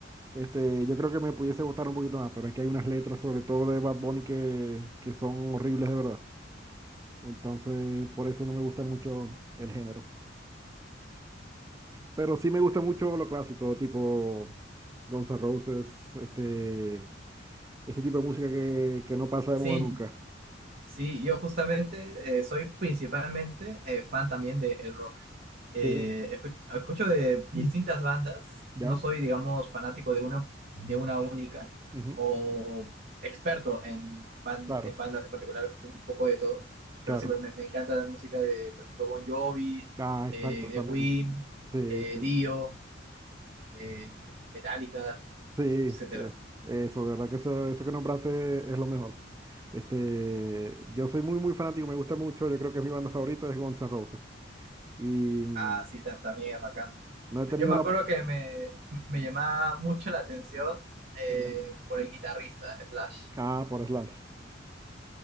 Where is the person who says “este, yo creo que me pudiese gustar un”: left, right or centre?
Right